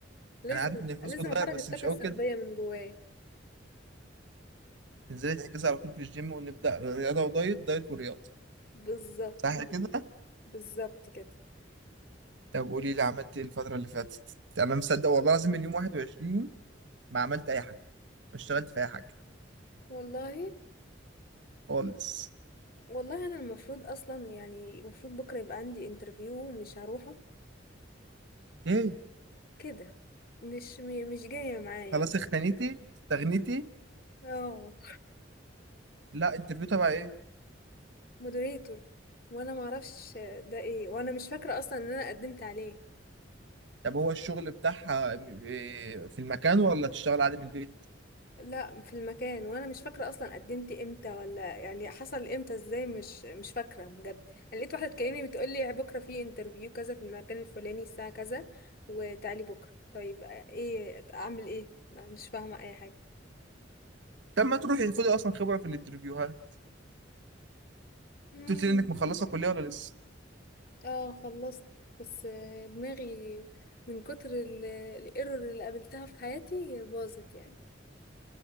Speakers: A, on the left; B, on the right.
A: لازم
B: انا عارف ان الفلوس
A: لازم
B: بتغير
A: اخرج
B: بس
A: الطاقة
B: مش قوي
A: السلبية
B: كده
A: من جوايا
B: تنزلي تحجزي على طول في الجيم ونبدا رياضه ودايت دايت ورياضه
A: بالظبط
B: صح كده
A: بالظبط كده
B: طب قولي لي عملت ايه الفتره اللي فاتت انا مصدق والله العظيم من يوم 21 ما عملت اي حاجه ما اشتغلت في اي حاجه
A: والله
B: خالص
A: والله انا المفروض اصلا يعني المفروض بكره يبقى عندي انترفيو ومش هروحه
B: ايه
A: كده مش م- مش جايه معايا
B: خلاص اختنيتي استغنيتي
A: اه
B: لا انترفيو تبع ايه
A: مودريتور وانا ما اعرفش ده ايه وانا مش فاكره اصلا ان انا قدمت عليه
B: طب هو الشغل بتاعها إيه، في المكان ولا تشتغل عادي من البيت
A: لا في المكان وانا مش فاكره اصلا قدمت امتى ولا يعني حصل امتى ازاي مش مش فاكره بجد انا لقيت واحده تكلمني بتقول لي بكره في انترفيو كذا في المكان الفلاني الساعه كذا وتعالي بكره طيب ايه اعمل ايه مش فاهمه اي حاجه
B: طب ما تروحي خدي اصلا خبره في الانترفيو ها
A: مم.
B: قلت لي انك مخلصه كليه ولا لسه
A: اه خلصت بس آه، دماغي من كتر الايرور اللي قابلتها في حياتي باظت يعني